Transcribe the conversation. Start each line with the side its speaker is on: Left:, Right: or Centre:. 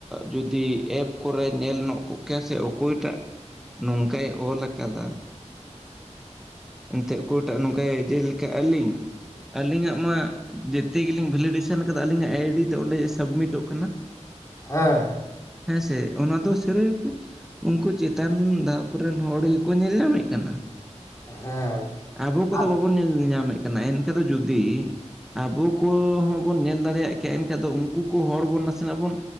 Centre: ᱡᱩᱫᱤ ᱮᱯ ᱠᱚᱨᱮ ᱧᱮᱞ ᱧᱚᱜ ᱠᱚᱜ ᱠᱮᱭᱟ ᱥᱮ ᱚᱠᱚᱭ ᱴᱟᱜ ᱱᱚᱝᱠᱟᱭ ᱚᱞ ᱟᱠᱟᱫᱟ ᱮᱱᱛᱮᱫ ᱠᱚᱴᱟᱜ ᱱᱚᱝᱠᱟᱭ ᱡᱮ ᱞᱮᱠᱟ ᱟᱹᱞᱤᱧ ᱟᱹᱞᱤᱧᱟᱜ ᱢᱟ ᱡᱮᱛᱮ ᱜᱮᱞᱤᱧ ᱵᱷᱮᱞᱤᱰᱮᱥᱚᱱ ᱟᱠᱟᱫᱟ ᱟᱹᱞᱤᱧᱟᱜ ᱟᱭᱰᱤ ᱛᱮ ᱚᱸᱰᱮ ᱥᱟᱵᱢᱤᱴᱚᱜ ᱠᱟᱱᱟ <inaudible>
Left: ᱦᱮᱸ
Centre: ᱦᱮᱸ ᱥᱮ ᱚᱱᱟ ᱫᱚ ᱥᱤᱨᱤᱯ ᱩᱱᱠᱩ ᱪᱮᱛᱟᱱ ᱫᱷᱟᱯ ᱨᱮᱱ ᱦᱚᱲ ᱜᱮᱠᱚ ᱧᱮᱞ ᱧᱟᱢᱮᱜ ᱠᱟᱱᱟ
Left: ᱦᱮᱸ
Centre: ᱟᱵᱚ ᱠᱚᱫᱚ
Left: ᱟᱨ
Centre: ᱵᱟᱵᱚᱱ ᱧᱮᱞ ᱧᱟᱢᱮᱜ ᱠᱟᱱᱟ ᱮᱱᱠᱷᱟ ᱫᱚ ᱡᱩᱫᱤ ᱟᱵᱚ ᱠᱚ ᱦᱚᱸᱵᱚᱱ ᱧᱮᱞ ᱫᱟᱲᱮᱭᱟᱜ ᱜᱮᱭᱟ ᱮᱱᱠᱷᱟᱱ ᱫᱚ ᱩᱱᱠᱩ ᱠᱚ ᱦᱚᱲ ᱵᱚᱱ ᱱᱟᱥᱮᱱᱟᱜ ᱵᱚᱱ